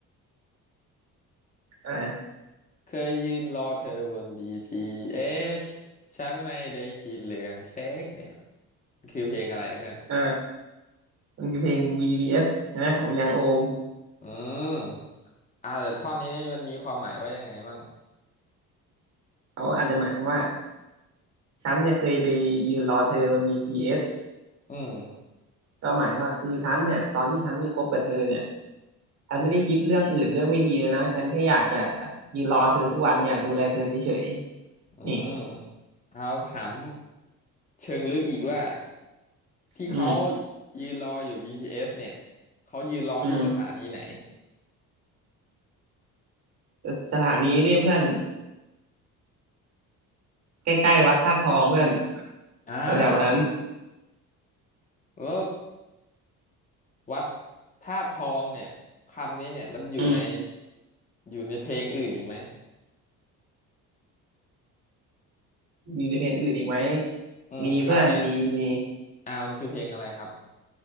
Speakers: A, on the right; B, on the left.
A: ใช่
B: เคยยืนรอเธอบน BTS ฉันไม่ได้คิดเรื่องเซ็กเนี่ยคือเพลงอะไรเพื่อน
A: ใช่ มันคือเพลง v b s ใช่ไหมของยังโอม
B: อืมเอาแต่ท่อนนี้นี่มันมีความหมายว่ายังไงบ้าง
A: เขาอาจจะหมายความว่าฉันเนี่ยเคยไปยืนรอเธอบน BTS
B: อืม
A: ก็หมายว่าคือฉันเนี่ยตอนที่ฉันมีคบกับเธอเนี่ยฉันไม่ได้คิดเรื่องอื่นเรื่องไม่ดีเลยนะฉันแค่อยากจะยืนรอเธอทุกวันอยากดูแลเธอเฉยๆนี่
B: อืมเอาถามเชิงลึกอีกว่า ที่เขา
A: อืม
B: ยืนรออยู่ BTS เอสเนี่ยเขายืนรอที่สถานีไหน
A: อืมสสถานีนี่เพื่อนใกล้ๆวัดธาตุทองเพื่อน
B: อ่า
A: แถวๆนั้น
B: แล้ววัดธาตุทองเนี่ย คำนี้เนี่ยมันอยู่ใน
A: อืม
B: อยู่ในเพลงอื่นอีกไหม
A: มีเพลงอื่นอีกไหม
B: อืมคำเนี่ย
A: มีเพื่อนมีมี
B: อ่ามันคือเพลงอะไรครับ